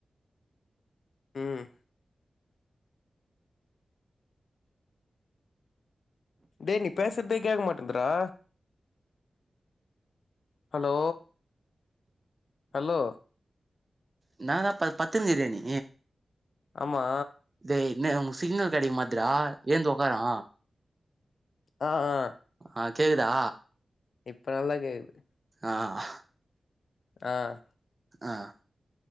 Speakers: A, on the left; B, on the right.
A: ம் டேய் நீ பேசறதே கேக்க மாட்டேந்துரா ஹலோ ஹலோ
B: இன்னாதா ப பத்தூனு கீரியா நீ
A: ஆமா
B: டேய் என்ன உனக்கு சிக்னல் கெடைக்கமாட்டுதுரா ஏந்து ஒக்காரா
A: ஆ ஆ
B: ஆ கேக்குதா
A: இப்ப நல்லா கேக்குது
B: ஆ
A: ஆஹ்
B: ஆஹ்